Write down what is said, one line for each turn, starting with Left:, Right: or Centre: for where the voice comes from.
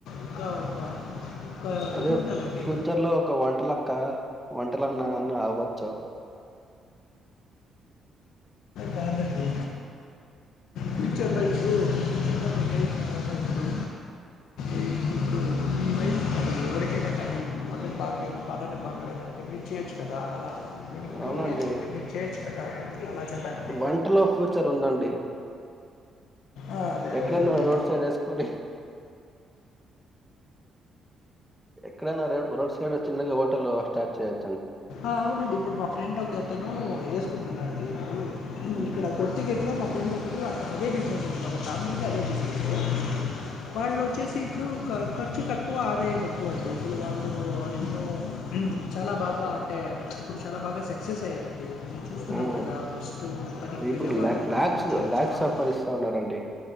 Left: ఇంకా ఒక ఒక
Centre: అదే
Left: ఇది ఉంటుందండి
Centre: ఫ్యూచర్ లో ఒక వంటలక్క వంటలన్నా అన్నా అవ్వచూ
Left: కాదండి ఫ్యూచర్లో ఇప్పుడు ఫూచర్ తినయి తర్వాత ఇప్పుడు ఈ ఇప్పుడు మీ వైఫ కాది ఎవరికైనా కానీ వాంటకి బాగలేదు ప్రదానికి బాగలేదుంటే మీరు చేయొచ్చు కదా అలా <inaudible> <unintelligible>
Centre: అవునండి
Left: నేర్చుకుంటే మీరు చేయొచ్చు కదా అలా చెప్పానండి
Centre: వంటలో ఫ్యూచర్ ఉందండి
Left: ఆ, అదే
Centre: ఎక్కడన్నా
Left: అండి అదే
Centre: రోడ్ సైడ్ వేసుకొని ఎక్కడనా ర రోడ్ సైడ్ చిన్నగా హోటల్ స్టార్ట్ చేది
Left: అవునండి ఇప్పుడు మా ఫ్రెండ్ ఒక అతను వేసుకుంటున్నా అండి ఇప్పుడు
Centre: ఉమ్
Left: ఇక్కడ గుర్తు గెట్లా ఫ్రెండ్ ఒక్కడు అదే బినెస్ ఉంది వాళ్ళ ఫ్యామిలీ అదే బజినెస్సు వాళ్ళు వచేసి ఇప్పుడు ఖర్చు తక్కువ ఆదాయం ఎక్కువ అండి ఇప్పుడు వాళ్ళు ఎన్నో చాలా బాగా అంటే ఇప్పుడు చాలా బాగా సక్సెస్ అయ్యారండి నేను చూస్తున్నాం
Centre: ఉమ్.
Left: కదా ఫస్ట్ పనికి
Centre: ఇప్పుడు
Left: వెళ్ళేవాళ్ళు పని
Centre: లాక్స్
Left: నుంచి ఉంచేవాళ్ళు
Centre: లాక్స్ సంపాదిస్తా ఉన్నారండి